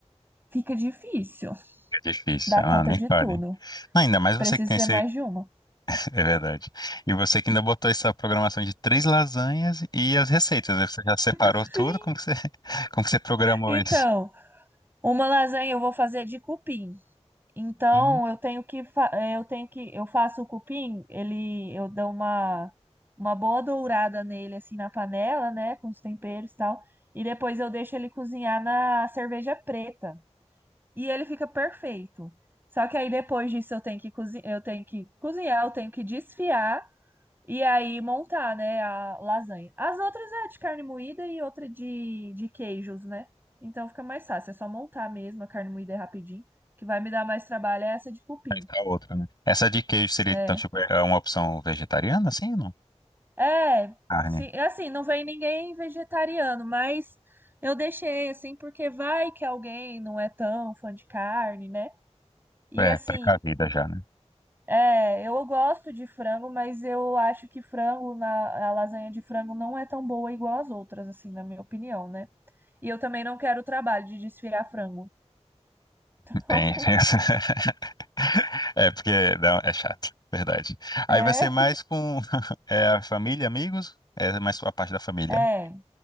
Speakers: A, on the right; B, on the left.
A: fica difícil
B: Difícil,
A: dar
B: ah,
A: conta
B: nem
A: de
B: fale.
A: tudo.
B: Não, Ainda mais
A: Precisa
B: você que tem
A: ser
B: esse.
A: mais de uma.
B: <laughs> É verdade. E você que ainda botou essa programação de três lasanhas e as receitas. Aí Você já separou
A: Sim.
B: tudo? Como que você, <laughs> como que você programou
A: Então,
B: isso?
A: uma lasanha eu vou fazer de cupim. Então,
B: Hum,
A: eu tenho que fa- eh, eu tenho que eu faço o cupim, ele eu dou uma uma boa dourada nele assim na panela, né, com os temperos e tal, e depois eu deixo ele cozinhar na cerveja preta. E ele fica perfeito. Só que aí depois disso eu tenho que cozinhar, eu tenho que cozinhar, eu tenho que desfiar E aí montar, né, a lasanha. As outras é de carne moída e outra de, de queijos, né? Então fica mais fácil, é só montar mesmo, a carne moída é rapidinho. O que vai me dar mais trabalho é essa de cupim.
B: aí tá outra, né? Essa de queijo seria,
A: É.
B: então, tipo, é uma opção vegetariana, assim ou não?
A: É,
B: Carne.
A: sim, assim, não vem ninguém vegetariano, mas eu deixei assim porque vai que alguém não é tão fã de carne, né? E
B: É,
A: assim,
B: precavida já, né?
A: É, eu gosto de frango, mas eu acho que frango na a lasanha de frango não é tão boa igual as outras, assim, na minha opinião, né? E eu também não quero o trabalho de desfiar frango. <laughs>
B: Tem, tem essa. <laughs> É, porque não, é chato, verdade. Aí
A: É,
B: vai ser mais com <laughs> é, a família, amigos? É mais a parte da família.
A: é.